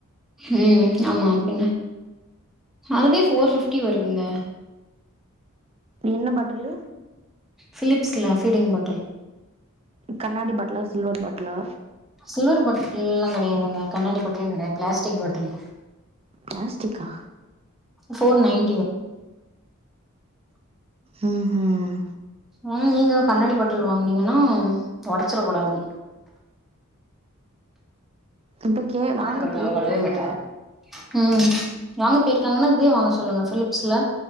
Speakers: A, in the centre; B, on the right (about 25°).
A: ம் ஆமா பின்ன அதுவே ஃபோர் பிப்டி வருதுங்க
B: என்ன பாட்டிலு
A: பிலிப்ஸ்ல ஃபீடிங் பாட்டல்
B: கண்ணாடி பாட்லா சில்வர் பாட்லா
A: சில்வர் பாட்டில்ல்லா கெடையாதுங்க கண்ணாடி பாட்டிலு கெடையாது பிளாஸ்டிக் பாட்டில்
B: ப்ளஸ்டிக்கா
A: ஃபோர் நயன்
B: ம் ஹும்
A: ம் நீங்க கண்ணாடி பாட்டில் வாங்குனீங்கன்னா ஒடச்சுற கூடாது
B: இப்ப கே
A: நா
B: வாங்க
A: தான கழுவுவே
B: போயிருக்காங்க
A: அவ கழுவவே மாட்டா ம் வாங்க போயிருக்காங்கன்னா இதயே வாங்க சொல்லுங்க ஃப்லிப்ஸ்ல